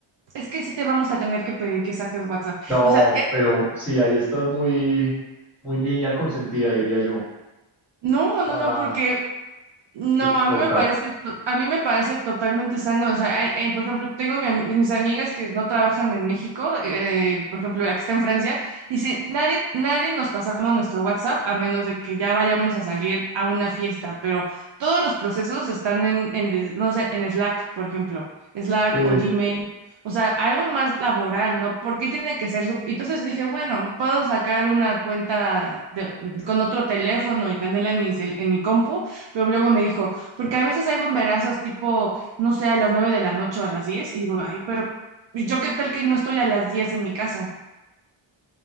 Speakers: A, on the right (about 60°); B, in the centre.
A: Es que sí te vamos a tener que pedir que saques WhatsApp.
B: No,
A: O sea,
B: pero sí, ahí estás muy, muy niña consentida, diría yo.
A: No, no,
B: Ya
A: no, porque no,
B: te
A: a
B: toca.
A: mí me parece, to- a mí me parece totalmente sano. O sea, hay- hay- por ejemplo, tengo mi am- mis amigas que no trabajan en México, eh, por ejemplo, la que está en Francia, dice, nadie, nadie nos pasamos nuestro WhatsApp a menos de que ya vayamos a salir a una fiesta, pero todos los procesos están en, en des- no sé, en Slack, por ejemplo, Slack
B: Que,
A: o Gmail. O sea, algo más laboral, ¿no? ¿Por qué tiene que ser su... Entonces dije, bueno, puedo sacar una cuenta de- con otro teléfono y tenerla en mi, cel- en mi compu pero luego me dijo, porque a veces hay bomberazos tipo, no sé, a las 9 de la noche o a las 10. Y digo, ay, pero yo qué tal que no estoy a las diez en mi casa.